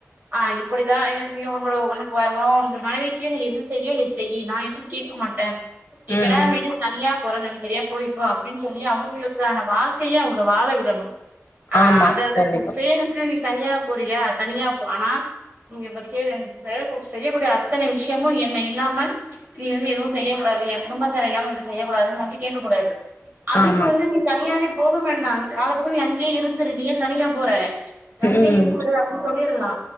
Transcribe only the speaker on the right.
அ இப்படிதா உன்னோட உனக்கு உன் வீட்டு மனைவிக்கு நீ எது செய்வியோ நீ செய்யு நா எது கேக்க மாட்டே நீ
கல்யாணோ பண்ணிட்டு தனியா போறேன்னு நினைக் தனியா போய்கோ அப்டின்னு சொல்லி அவங்களுக்கான வாழ்க்கைய அவங்க வாழ விடணு அ
அது அது
பேருக்கு நீ தனியா போறியா தனியா போ ஆனா இங்க பாத்தியா இல்லையா செய்யக் கூடி செய்யக்கூடிய அத்தனை விஷயமு என்ன இல்லாம நீ வந்து எதுவு செய்யக் கூடாது என் குடும்பத்தினரு இல்லாம எந்து செய்யக் கூடாதுன்னு வந்து கேக்க கூடாது அதுக்கு
வந்து நீ தனியாவே போக வேண்டா நீ காலத்துக்கு நீ அங்கயே இருந்துரு நீ தனியா போற அங்கேயே
இருந்துரு சொல்லிரலா